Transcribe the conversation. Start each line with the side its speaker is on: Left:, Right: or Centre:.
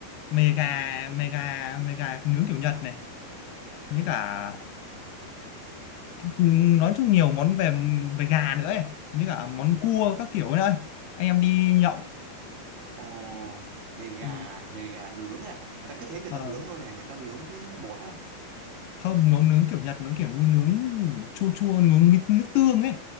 Left: mề gà mề gà mề gà nướng kiểu Nhật này với cả ừ, nói chung nhiều món về về gà nữa ấy với cả món cua các kiểu ấy anh em đi nhậu
Right: ồ mề gà
Left: ừ.
Right: mề gà nướng à? Người ta cứ thế người
Left: ờ.
Right: ta nướng thôi hả? Người ta nướng với bột à?
Left: không nó nướng kiểu Nhật nó kiểu như nướng chua chua nướng mít nước tương ấy